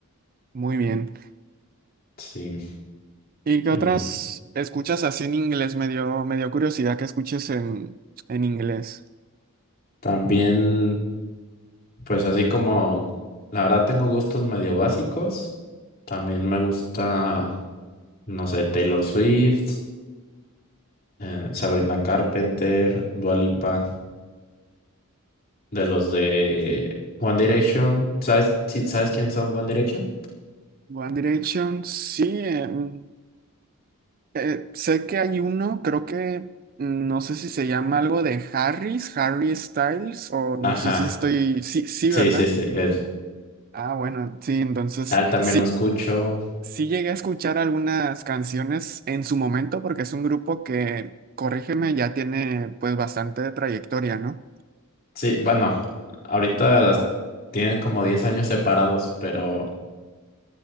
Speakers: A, on the right; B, on the left.
A: Muy bien.
B: Sí.
A: ¿Y qué
B: Y
A: otras escuchas así en inglés? Me dio, me dio curiosidad que escuches en, en inglés.
B: También, pues así como la verdad tengo gustos medio básicos, también me gusta, no sé, Taylor Swift, eh, Sabrina Carpenter, Dua Lipa, de los de One Direction. ¿Sabes, sí- ¿sabes quién son One Direction?
A: One Direction, sí. em, eh, sé que hay uno, creo que mm, no sé si se llama algo de Harris, Harry Styles, o no
B: Ajá,
A: sé si estoy. Sí, sí,
B: sí,
A: ¿verdad?
B: sí, sí, él.
A: Ah, bueno, sí, entonces
B: A él también
A: sí.
B: lo escucho.
A: Sí llegué a escuchar algunas canciones en su momento porque es un grupo que, corrígeme, ya tiene pues bastante trayectoria, ¿no?
B: Sí, bueno, ahorita las- tienen como 10 años separados, pero